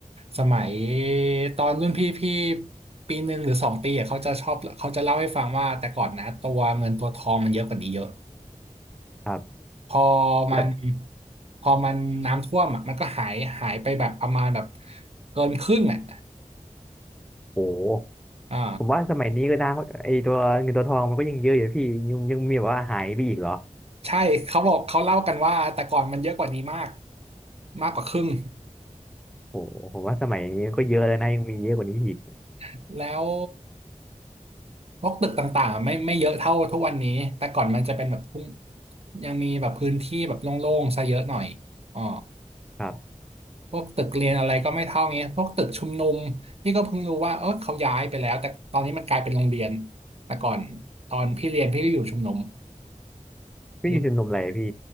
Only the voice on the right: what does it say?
สมัยตอนรุ่นพี่พี่ปีหนึ่งหรือสองปีอะเขาจะชอบเขาจะเล่าให้ฟังว่าแต่ก่อนนะตัวเงินตัวทองมันเยอะกว่านี้เยอะ
พอมัน
พอมันน้ำท่วมอ่ะมันก็หายหายไปแบบประมาณแบบเกินครึ่งอ่ะ
อ่า
ใช่เขาบอกเขาเล่ากันว่าแต่ก่อนมันเยอะกว่านี้มากมากกว่าครึ่ง
<laughs> แล้ว พวกตึกต่างๆไม่ไม่เยอะเท่าทุกวันนี้แต่ก่อนมันจะเป็นแบบพุ่งยังมีแบบพื้นที่แบบโล่งๆซะเยอะหน่อยอ๋อ
พวกตึกเรียนอะไรก็ไม่เท่าเงี้ยพวกตึกชุมนุมพี่ก็เพิ่งรู้ว่าเออเขาย้ายไปแล้วแต่ตอนนี้มันกลายเป็นโรงเรียนแต่ก่อนตอนพี่เรียนพี่ก็อยู่ชุมนุม
อยู่